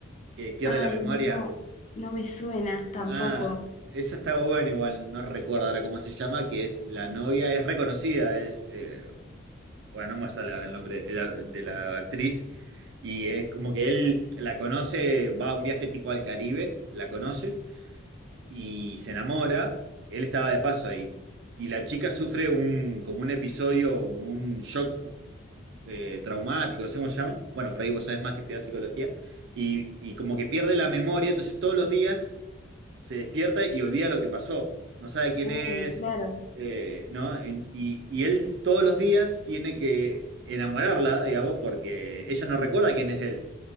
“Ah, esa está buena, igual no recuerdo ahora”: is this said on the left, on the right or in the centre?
Right